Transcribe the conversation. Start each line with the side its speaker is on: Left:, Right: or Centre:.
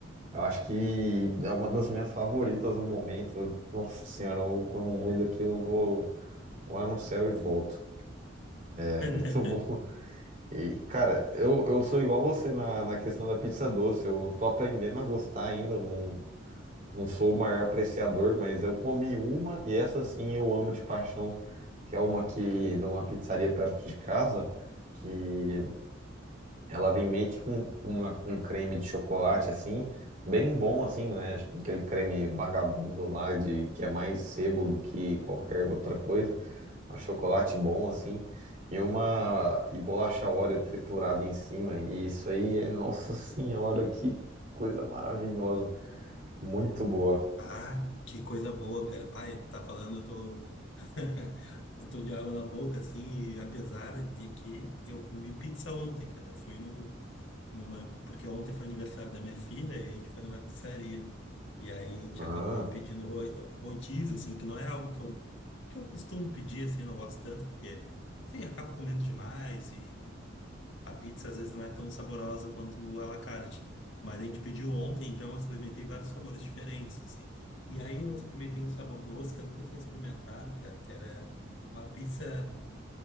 Right: Eu acho que é uma das minhas favoritas no momento. Nossa senhora, eu, quando eu mordo aqui, eu vou lá no céu e volto. É
Left: <laughs>
Right: muito <laughs> bom. E, cara, eu, eu sou igual você na, na questão da pizza doce. Eu tô aprendendo a gostar ainda. Eu não, Não sou o maior apreciador, mas eu comi uma e essa sim eu amo de paixão, que é uma que numa pizzaria perto de casa, que ela vem meio que com uma- um creme de chocolate assim, bem bom assim, não é aquele creme vagabundo lá de que é mais sebo do que qualquer outra coisa. É um chocolate bom assim e uma e bolacha Oreo triturada em cima. E isso aí, é- nossa senhora, que coisa maravilhosa, muito boa.
Left: Ah, que coisa boa, cara. Pai, tá falando, eu tô. <laughs> Eu tô de água na boca, assim, e apesar de que eu comi pizza ontem, cara. Eu fui num, numa. Porque ontem foi aniversário da minha filha e a gente foi numa pizzaria. E aí a gente
Right: Ah.
Left: acabou pedindo ro- rodízio, assim, que não é algo que eu, que eu costumo pedir, assim, não gosto tanto, porque, enfim, eu acabo comendo demais a pizza às vezes não é tão saborosa quanto o à la carte. Mas a gente pediu ontem, então eu experimentei vários sabores diferentes, assim. E aí eu experimentei um sabor doce que eu nunca tinha experimentado, cara, que era uma pizza